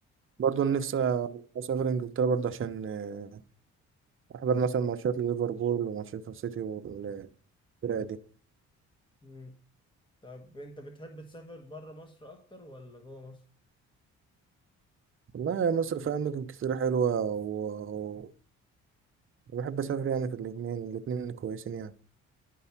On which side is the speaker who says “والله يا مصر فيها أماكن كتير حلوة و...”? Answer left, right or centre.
Right